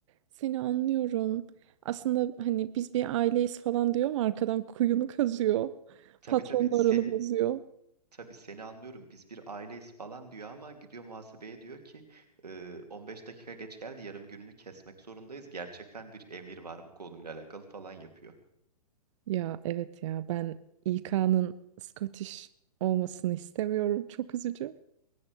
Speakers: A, on the right; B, on the right.
A: Seni anlıyorum. Aslında hani biz bir aileyiz falan diyor ama arkadan kuyunu kazıyor.
B: tabii
A: Patronlarını
B: tabii sen
A: bozuyor.
B: tabii seni anlıyorum biz bir aileyiz falan diyor ama gidiyor muhasebeye diyor ki e, 15 dakika geç geldi yarım gününü kesmek zorundayız. Gerçekten bir emir var bu konuyla alakalı falan yapıyor.
A: Ya evet ya ben İK'nın Scottish olmasını istemiyorum. Çok üzücü.